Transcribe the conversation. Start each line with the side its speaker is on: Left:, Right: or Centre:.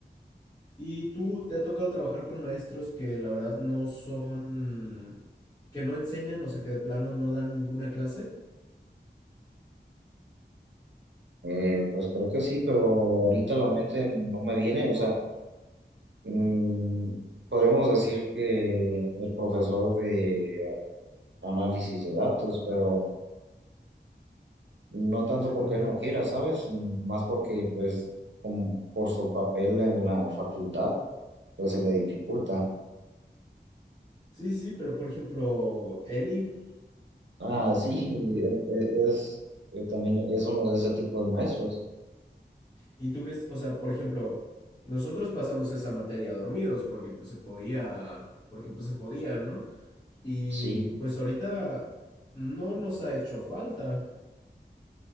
Left: Y tú te ha tocado trabajar con maestros que la verdad no son, que no enseñan, o sea, que de plano no dan ninguna clase.
Right: Eh, pues creo que sí, pero ahorita la mente no me viene. O sea, mm, podríamos decir que el profesor de análisis de datos, pero no tanto
Left: ¿Ese
Right: porque
Left: cuál era?
Right: él no quiera, ¿sabes? Más porque, pues, como por su papel en la facultad, pues se le dificulta.
Left: Sí, sí, pero por ejemplo, Eli,
Right: Ah, sí, <laughs> e- e- es, yo también es uno de ese tipo de maestros,
Left: ¿y tú crees, o sea, por ejemplo, nosotros pasamos esa materia dormidos porque pues se podía, porque pues se podía, ¿no? Y
Right: sí.
Left: pues ahorita no nos ha hecho falta.